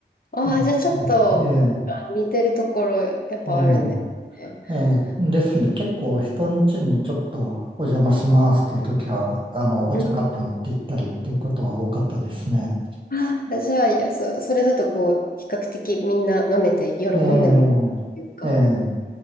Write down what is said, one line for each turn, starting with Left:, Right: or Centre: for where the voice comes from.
Left: ああ、
Right: うんでええ、
Left: じゃあちょっとあ似てるところやっぱあるんですね。
Right: ええ、ええですんで結構人ん家にちょっとお邪魔しますっていう時は、
Left: えー
Right: あの、お茶買って持って行ったりっていうことは多かったですね。
Left: うんああ、じゃあ、いや、そ、それだとこう、比較的みんな飲めて喜んでもらえるっていうか。
Right: ええ、ええ、